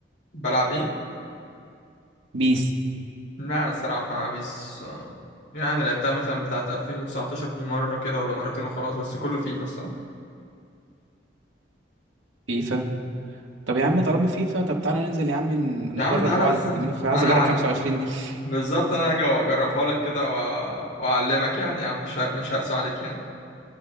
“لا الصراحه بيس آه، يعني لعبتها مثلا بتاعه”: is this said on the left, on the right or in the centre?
Left